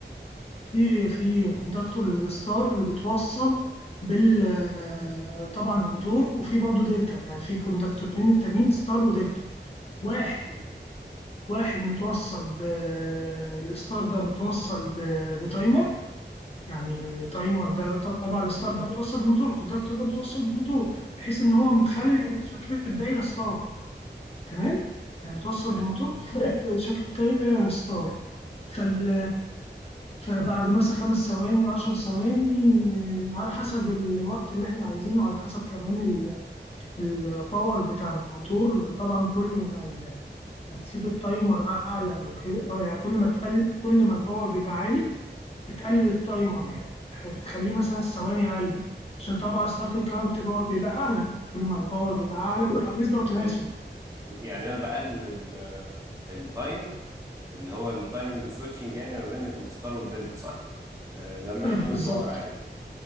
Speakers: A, on the left; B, on the right.
A: في في كونتاكتور للستار اللي بتوصل بال آه، طبعا الموتور وفي برضو دلتا يعني في كونتاكتورين التانيين ستار ودلتا واحد واحد متوصل ب الستار ده متوصل ب... بتايمر يعني التايمر ده طبعا الستار ده متوصل بالموتور الكونتاكتور ده متوصل بالموتور بحيث ان
B: مم،
A: هو مخلي شكل الدايره ستار تمام يعني متوصل
B: تمام
A: بالموتور مخلي شكل الدايره ستار فال فبعد مثلا خمس ثواني عشر ثواني آه، على حسب الوقت اللي احنا عايزينه على حسب كمان الباور بتاع الموتور طبعا كل ما ال- ما تسيب التايمر اعلى او كده اه يعني كل ما تقل كل ما الباور بيبقى عالي بتقلل التايمر يعني بتح- بتخليه مثلا الثواني اقل عشان طبعا ستارتنج كارت بتبقى بيبقى اعلى كل ما الباور
B: اه
A: بيبقى اعلى بتبقى النسبه وتناسب
B: ايوه
A: يعني.
B: يعني انا بقلل التايم اللي هو التايم السويتشنج يعني ما بين الستار والدلتا صح آه، لما
A: آه،
B: يكون
A: بالظبط
B: الباور عالي